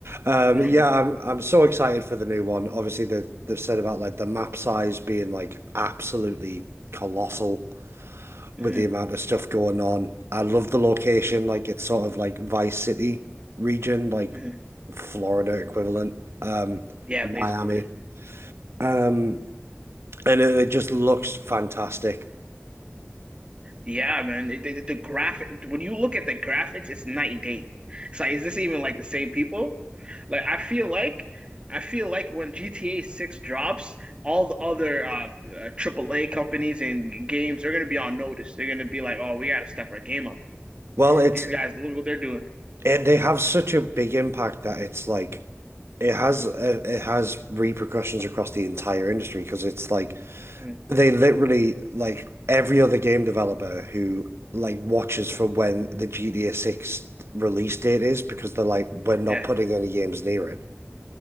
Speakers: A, on the right; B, on the right.
A: um,
B: 100.
A: yeah, I'm I'm so excited for the new one. Obviously, the they've said about like the map size being like absolutely colossal with
B: hmm
A: the amount of stuff going on. I love the location, like it's sort of like Vice City region, like
B: hmm
A: Florida equivalent, um,
B: Yeah,
A: Miami,
B: basically.
A: um, and it, it just looks fantastic.
B: Yeah, man. The, the, the graphic when you look at the graphics, it's night and day. It's like, is this even like the same people? Like, I feel like I feel like when GTA 6 drops, all the other uh, uh AAA companies and games they're gonna be on notice. They're gonna be like, oh, we gotta step our game up.
A: Well, it's
B: These guys, look what they're doing.
A: it, they have such a big impact that it's like it has uh, it has repercussions across the entire industry because it's like
B: Mhm.
A: They literally like every other game developer who like watches for when the GTA 6 release date is because they're like we're not
B: Yeah,
A: putting any games near it.